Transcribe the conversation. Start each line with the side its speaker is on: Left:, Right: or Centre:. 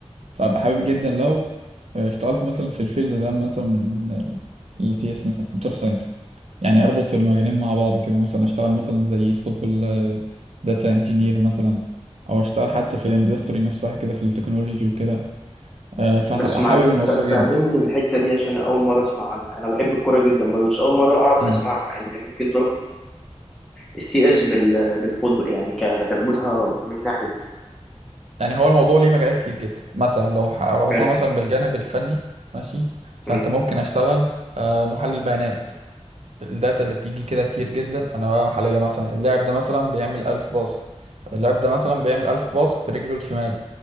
Right: فأبقى حابب جدا لو اشتغلت مثلا في الفيلد ده مثلا من السي اس مثلا كمبيوتر ساينس يعني اربط المجالين مع بعض كده مثلا اشتغل مثلا زي فوتبول داتا انجينير مثلا او اشتغل حتى في الاندستري نفسها كده في التكنولوجي وكده آه، فهبقى
Centre: بس معلش
Right: حابب الموضوع
Centre: ف-
Right: ده جدا
Centre: فهمني الحته دي عشان اول مره اسمع عنها انا بحب الكوره جدا برضه مش اول مره أعر-
Right: امم
Centre: اسمع ان ممكن تربط السي اس بالفوتبول يعني كتربطها من ناحيه
Right: يعني هو الموضوع ليه مجالات كتير جدا مثلا لو ح- ربطناه
Centre: حلو
Right: مثلا بالجانب الفني ماشي فانت
Centre: مم.
Right: ممكن اشتغل آه، محلل بيانات الداتا اللي بتيجي كده كتير جدا انا بقى محللها مثلا اللاعب ده مثلا بيعمل 1000 باص اللاعب ده مثلا بيعمل 1000 باص برجله الشمال